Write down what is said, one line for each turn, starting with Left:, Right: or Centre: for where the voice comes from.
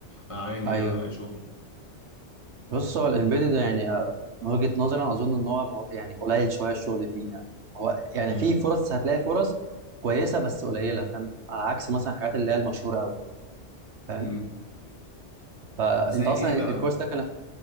Left: اعاني
Right: ايوه
Left: اللي انا الاقي شغل
Right: بص هو الامبيدد يعني آه، من وجهه نظري انا اظن ان هو مو- يعني قليل شويه الشغل فيه يعني هو يعني
Left: امم
Right: في فرص هتلاقي فرص كويسه بس قليله فاهم على عكس مثلا الحاجات اللي هي المشهوره قوي فاهم
Left: امم
Right: فانت
Left: زي
Right: اصلا
Left: ايه
Right: الكورس
Left: بقى
Right: ده كان